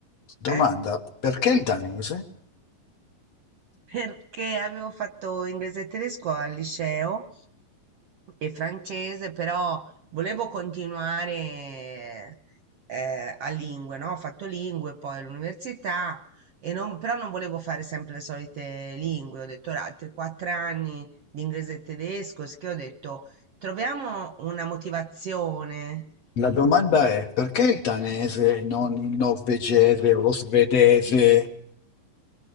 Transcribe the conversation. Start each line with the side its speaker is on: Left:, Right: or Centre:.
Left: Domanda,
Right: eh?
Left: perché il danese?
Right: perché avevo fatto inglese e tedesco al liceo e francese, però volevo continuare eh, a lingue, no? Ho fatto lingue poi all'università, e non- però non volevo fare sempre le solite lingue. Ho detto "Ora, altri quattro anni di inglese e tedesco, sì che ho detto troviamo una motivazione.
Left: La domanda è, perché il danese e non il norvegese o lo svedese?